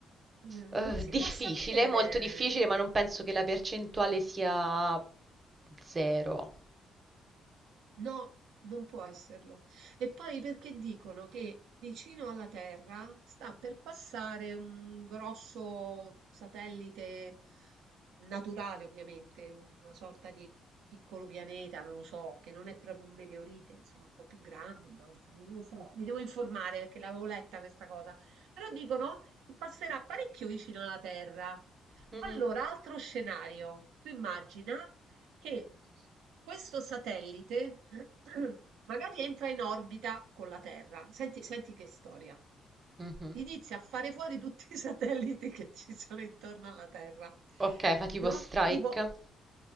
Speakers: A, on the right; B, on the right.
A: Mh,
B: Eh,
A: non si
B: difficile,
A: può sapere.
B: molto difficile, ma non penso che la percentuale sia zero.
A: No, non può esserlo. E poi perché dicono che vicino alla Terra sta per passare un grosso satellite naturale, ovviamente, una sorta di piccolo pianeta, non lo so, che non è proprio un meteorite, insomma, un po' più grande, immagino, non lo so. Mi devo informare perché l'avevo letta questa cosa. Però dicono che passerà parecchio vicino alla Terra.
B: Mhm,
A: Allora, altro scenario. Tu immagina E questo satellite <clears throat> magari entra in orbita con la Terra. Senti, senti che storia.
B: mhm.
A: Inizia a fare fuori tutti i satelliti che ci sono intorno alla Terra.
B: Ok, fa tipo
A: No?
B: strike.
A: Tipo,